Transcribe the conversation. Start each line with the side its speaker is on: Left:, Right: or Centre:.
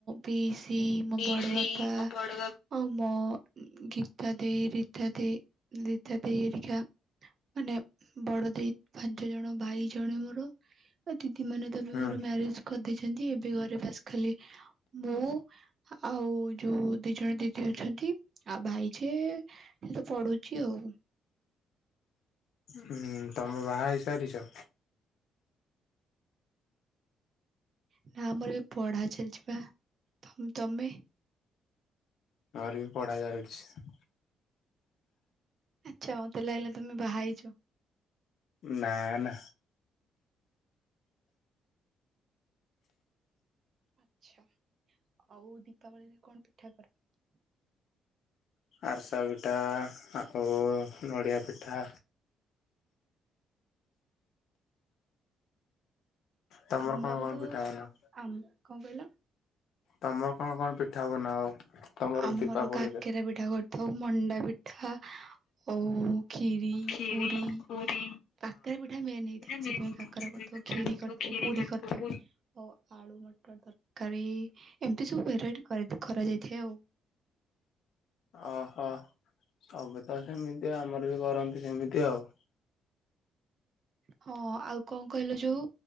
Right: ପିଇସିି ମୋ
Left: ପିଇସି
Right: ବଡବାପା।
Left: ମୋ ବଡ ବାପା
Right: ଆଉ ମୋ ଗୀତା ଦେଇ ରୀତା ଦେଇ ନୀତା ଦେଇ ହରିକା। ମାନେ ବଡ଼ ଦେଇ। ପାଞ୍ଚ ଜଣ ଭାଇ ଜଣେ ମୋର ଦିଦି ମାନେ ତ ବି
Left: ହୁଁ
Right: ମୋର ମ୍ୟାରେଜ କରିଦେଇଛନ୍ତି ଏବେ ଘରେ ବାସ୍ ଖାଲି ମୁଁ ଆଉ ଯୋଉ ଦି ଜଣ ଦିଦି ଅଛନ୍ତି ଆଉ ଭାଇ ଯେ ସେ ପଢୁଛି ଆଉ।
Left: ହୁଁ ତମେ ବାହା ହେଇ ସାରିଚ?
Right: ନା ଆମର ଏବେ ପଢା ଚାଲିଚି ବା ତମ୍ ତମେ?
Left: ଆମର ବି ପଢ଼ା ଚାଲିଚି।
Right: ଆଚ୍ଛା ମତେ ଲାଗିଲା ତମେ ବାହା ହେଇଚ।
Left: ନା ନା।
Right: ଆଚ୍ଛା ଆଉ ଦୀପାବଳିରେ କଣ ପିଠା କର।
Left: ଆରିସା ପିଠା ଆଉ ନଡ଼ିଆ ପିଠା। ତମର
Right: ଆମର
Left: କଣ କଣ
Right: ତ
Left: ପିଠା ବନାଅ?
Right: ଆମ୍ କଣ କହିଲ।
Left: ତମର କଣ କଣ ପିଠା ବନାଅ। ତମର
Right: ଆମର
Left: ଦୀପାବଳିରେ?
Right: କାକେରା ପିଠା କରିଥାଉ ମଣ୍ଡା ପିଠା ଓଉ ଖିରି
Left: ଖିରି,
Right: ପୁରୀ
Left: ପୁରୀ
Right: କାକରା ପିଠା ମେନ୍ ହେଇଥାଏ
Left: ମେନ୍
Right: ସେଥିପାଇଁ
Left: ହେଇଥାଏ
Right: କାକରା
Left: ସେଥିପାଇଁ
Right: କରିଥାଉ।
Left: କାକରା
Right: ଖିରି
Left: କରିଥିବ
Right: କରିଥାଉ
Left: ଖିରି
Right: ପୁରୀ
Left: କରିଥିବ
Right: କରିଥାଉ।
Left: ପୁରୀ
Right: ଓ ଆଳୁ ମଟର ତରକାରୀ ଏମିତି ସବୁ ଭେରାଇଟି କରା କରାଯାଇଥାଏ ଆଉ।
Left: ଅହ ତମେ ତ ସେମିତି ଆମର ବି କରନ୍ତି ସେମିତି ଆଉ।
Right: ହଁ ଆଉ କଣ କହିଲ ଯୋଉ